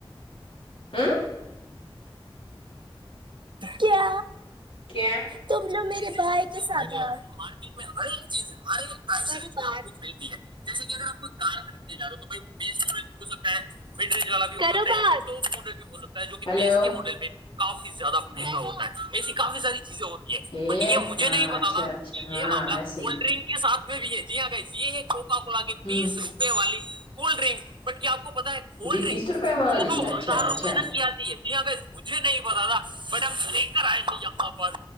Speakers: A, on the left; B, on the right.
A: ہوں
B: کیا
A: کیا
B: تم نےو میرے بھائی کے ساتھ ہر ایک چیز ہر ایک پیسے آپ کو ملتی ہے جیسے کہ اگر آپ کوئی کار خریدنے جاے ہو تو بائی وہ بیس ماڈل بھی ہو سکتا ہے مڈ ڈی والا بھی بھیک جو کہ
A: ہلو
B: بیس کے ماڈل میں کافی زیادہ مہنگا ہوتا ہے ایسی کافی ساری چیزیں ہوتی یہ
A: ٹھیک
B: بٹ یہ مجھے
A: ہاں
B: نہیں بتاا
A: اچھا اچھا
B: کہ
A: ہاں
B: یہ معاملہ
A: ایسے
B: کولڈ
A: ہی
B: ڈرنک کے ساتھ بھی ہے جی ہاں گائی یہ ہے کوکا کولا کے
A: ہوں
B: بیس روپئے والی کولڈ ڈرنک بٹ کیا آپ کو پتا ہے کولڈ
A: بیس
B: ڈرنک
A: روپے والی
B: دو دو
A: اچھا
B: ہزار روپے
A: اچھا
B: تک کی آتی ہے ج کہ مجھے نہیں پتا تھا میڈ ہم ہلک آئے تھ جاں پر